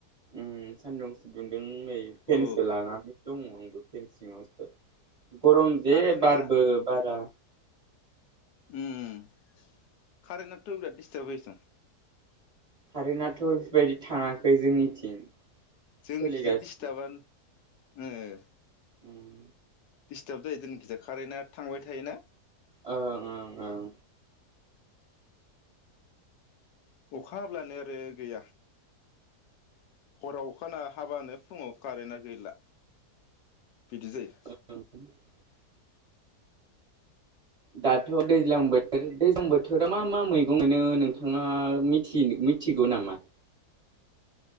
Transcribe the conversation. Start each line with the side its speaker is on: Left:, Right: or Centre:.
Right: उम सान्दुं दों नै फेनसो
Left: औ
Right: लानानै दङ फेन सिङावसो गरम जे
Left: कारेन्टआ
Right: बारबो बारा
Left: उम खारेन्टआथ बिराद दिस्टार्ब होयोसं
Right: कारेनाआथ' बेफोरबायदि थाङाखै जोंनिथिं
Left: जोंनिखिजा
Right: सोलिगासिनो
Left: दिस्थाबान <unintelligible>
Right: उम
Left: दिस्टाब जायो जोंनिखिजाय कारेना थांबाय थायो ना
Right: ओ ओं‌ ओं
Left: अखा हाब्लानो आरो गैया हराव अखाना हाबानो फुङाव कारेना गैला बिदि जायो
Right: <inaudible> दाथ दैज्लां बो दैज्लां बोथोराव मा मा मैगं मोनो नोंथाङा मिथिनो मिथिगौ नामा